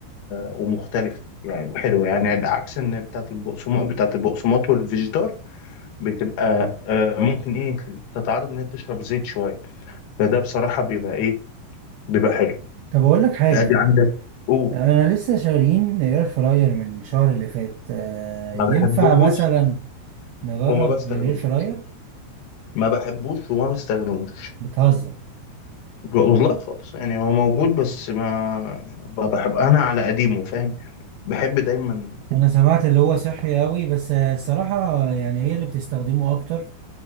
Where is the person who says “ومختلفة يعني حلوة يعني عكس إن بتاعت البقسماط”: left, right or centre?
Left